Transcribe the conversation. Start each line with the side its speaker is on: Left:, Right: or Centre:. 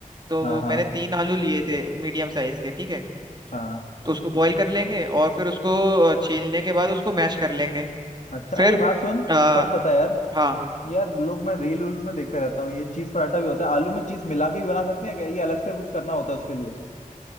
Right: तो
Left: हाँ
Right: वो
Left: हाँ
Right: मैंने तीन आलू लिए थे मीडियम साइज के ठीक है
Left: हाँ हाँ।
Right: तो उसको बॉईल कर लेंगे और फिर उसको अ, छीलने के बाद उसको मैश कर लेंगे
Left: अच्छा
Right: फिर
Left: अरे बात सुन
Right: आ,
Left: एक बात बता यार
Right: हाँ
Left: यार लोग मैं रील उल्स में देखता रहता हूँ ये चीज पराठा भी होता है आलू में चीज मिला के भी बना सकते हैं क्या ये अलग से कुछ करना होता है उसके लिए